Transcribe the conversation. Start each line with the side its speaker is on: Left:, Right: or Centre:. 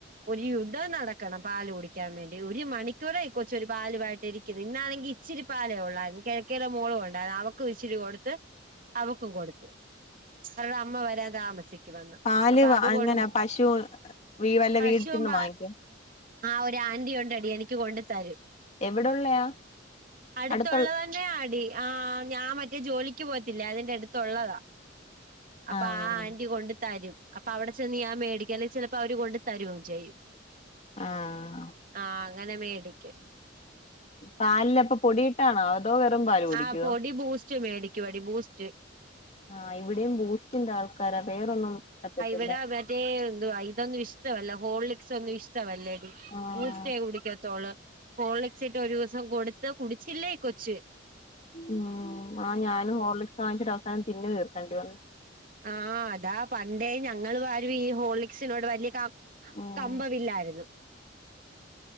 Right: ഒരു യുദ്ധം നടക്കണം പാല് കുടിക്കാൻ വേണ്ടി ഒര് മണിക്കൂറായി കൊചൊരു പാല് വായീട്ട് ഇരിക്ക്ണ് ഇന്നാണെങ്കി ഇച്ചിരിപ്പാലെ ഒള്ളായിരുന്നു കിഴക്കേലെ മോളുണ്ടായിരുന്നു അവകു ഇച്ചിരി കൊട്ത്ത് കും കൊട്ത്ത് അവരുടെ അമ്മ വെരാൻ താമസിക്കുമെന്ന്
Left: പാല്
Right: അപ്പൊ അതുകൊണ്ട്
Left: എങ്ങനാ പശു വീ വല്ല
Right: പശുവും
Left: വീട്ടിൽന്ന്
Right: പ
Left: വാങ്ങിക്കോ
Right: ആഹ് ഒര് ആന്റി ഒണ്ടേടി എനിക്ക് കൊണ്ട് തരും
Left: എവിടെള്ളയാ
Right: അടുത്തുള്ളവ
Left: അടുത്തുള്ള
Right: തന്നെആടി ആ ഞാൻ മറ്റേ ജോലിക്ക് പോവത്തില്ലേ അതിന്റെ അടുത്തൊള്ളതാ. അപ്പൊ
Left: ആഹ്
Right: ആ ആന്റി കൊണ്ട് തരും അപ്പൊ അവിടെ ചെന്ന് ഞാൻ മേടിക്ക അല്ലെൽ ചെലപ്പോ അവര് കൊണ്ട് തരും ചെയ്യും.
Left: ആഹ്
Right: ആഹ് അങ്ങനെ മേടിക്ക്
Left: പാലിൽ അപ്പൊ പൊടിയിട്ടാണോ? വെറും പാല് കുടിക്കുവോ
Right: ആഹ് പൊടി ബൂസ്റ്റ്മേടിക്കുമേടി ബൂസ്റ്റ്
Left: ആഹ് ഇവടിം ബൂസ്റ്റിന്റെ ആൾക്കാരാ വേറൊന്നും പറ്റത്തില്ല
Right: ഇവടെ മറ്റേ എന്തുവാ ഇതൊന്നും ഇഷ്ട്ട വല്ല ഹോൾലിക്സൊന്നും ഇഷ്ട്ടവല്ല
Left: ആഹ്
Right: ബൂസ്റ്റേ കുടിക്കേത്തള് ഹോളിക്സ് ഇട്ട് ഒര് ദിവസം കൊടുത്ത് കുടിച്ചില്ലേ ഈകൊച്ച്
Left: ഉം ആഹ് ഞാനും ഹോർലിക്സ് വാങ്ങിച്ചിട്ട് അവസാനം തിന്നു തീർത്തേണ്ടി വന്നു.
Right: ആഹ് അതാ പണ്ടേ ഞങ്ങള് വാരും ഈ ഹോളീക്സിനോട് വല്ല്യാ കം
Left: ഉം
Right: കമ്പവില്ലായിരുന്നു